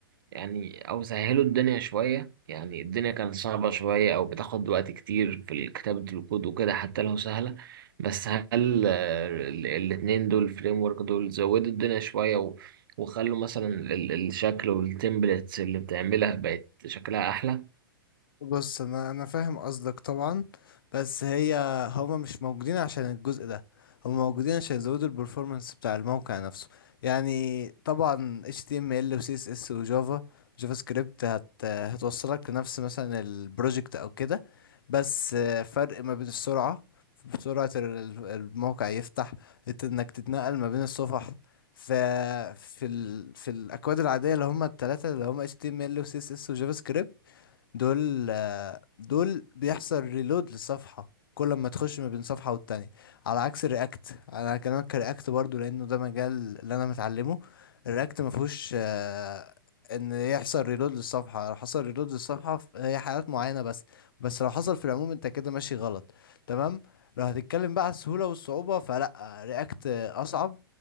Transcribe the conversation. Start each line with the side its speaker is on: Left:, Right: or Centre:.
Right: يعني او سهلوا الدنيا شوية يعني الدنيا كانت صعبة شوية او بتاخد وقت كتير في كتابة الكود وكده حتى لو سهلة بس هل آه، ال- الاتنين دول الفريم ورك دول زودوا الدنيا شوية و- وخلوا مثلا ال- الشكل والتمبلتس اللي بتعملها بقت شكلها احلى
Left: بص انا انا فاهم قصدك طبعا بس هي هما مش موجودين عشان الجزء ده هما موجودين عشان يزودوا البرفورمانس بتاع الموقع نفسه يعني طبعا HTML و CSS و Java جافا سكريبت هت هتوصلك لنفس مثلا البروجكت او كده بس آه، فرق ما بين السرعة سرعة ال- الموقع يفتح إت- انك تتنقل ما بين الصفح ف في ال... في الاكواد العاديه اللي هم الثلاثه اللي هم HTML و CSS و جافا سكريبت دول آه، دول بيحصل ريلود للصفحة كل ما تخش ما بين صفحة والتانية على عكس الرياكت انا هكلمك كرياكت برضو لانه ده مجال اللي انا متعلمه الرياكت ما فيهوش آه، ان يحصل ريلود للصفحة لو حصل ريلود للصفحة ف- هي حالات معينة بس بس لو حصل في العموم انت كده ماشي غلط تمام لو هتتكلم بقى على السهولة والصعوبة فلا رياكت اصعب